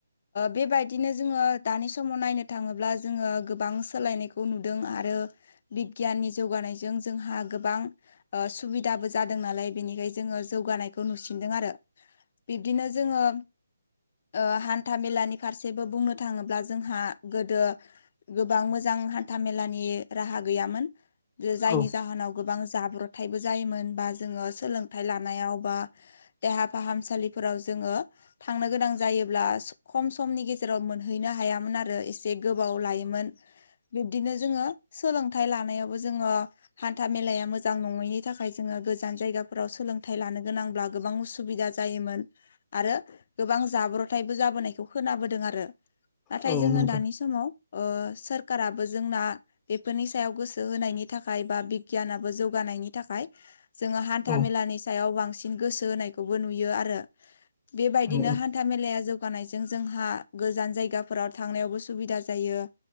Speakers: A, on the left; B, on the left.
A: बेबाय दिनो जोङो दानि समाव नायनो थाङोब्ला जोङो गोबां सोलायनायखौ नुदों आरो बिगियाननि जौगानायजों जोंहा गोबां ओ सुबिदाबो जादों नालाय बेनिखायनो जोङो जौगानायखौ खौ नुसिनदों आरो बिब्दिनो जोङो ओ हान्था मेलानि फारसेबो बुंनो थाङोब्ला जोंहा गोदो गोबां मोजां हान्था मेलानि राहा गैयामोन ओ जायनि
B: औ
A: जाहोनाव गोबां जाब्रबथायबो जायोमोन बा जोङो सोलोंथाइ लानायाव बा देहा फाहामसालिफोराव जोङो थांनो गोनां जायोब्ला खम समनि गेजेराव मोनहैनो हायामोन आरो एसे गोबाव लायोमोन बिब्दिनो जोङो सोलोंथाइ लानायावबो जोङो हान्था मेलाया मोजां नङैनि थाखाय जोङो गोजान जायगाफोराव सोलोंथाइ लानो गोनांब्ला गोबां उसुबिदा जायोमोन आरो गोबां जाब्रथायबो जाबोनायखौ खोनाबोदों आरो नाथाय
B: औ नंगौ औ
A: जोङो
B: नंगौ
A: दानि समाव ओ सोरखाराबो जोंना बेफोरनि सायाव गोसो होनायनि थाखाय बा बिगियानाबो जौगानायनि थाखाय जोङो हान्था
B: औ
A: मेलानि सायाव बांसिन गोसो होनायखौबो नुयो आरो बेबायदिनो
B: औ
A: हान्था मेलाया जौगानायजों जोंहा गोजान जायगाफोराव थांनायावबो सुबिदा जायो।